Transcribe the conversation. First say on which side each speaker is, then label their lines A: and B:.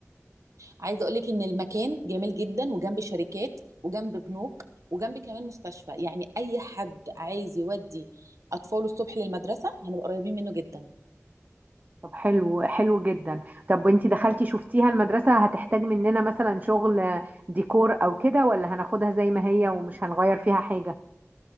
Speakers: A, on the right; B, on the right.
A: عايزه اقولك ان المكان جميل جدا وجنب شركات وجنب بنوك وجنب كمان مستشفى يعني اي حد عايز يودي اطفاله الصبح للمدرسه هنبقى قريبين منه جدا
B: طب حلو حلو جدا طب وانتي دخلتي شفتيها المدرسة هتحتاج مننا مثلا شغل ديكور او كده ولا هناخدها زي ما هي ومش هنغير فيها حاجة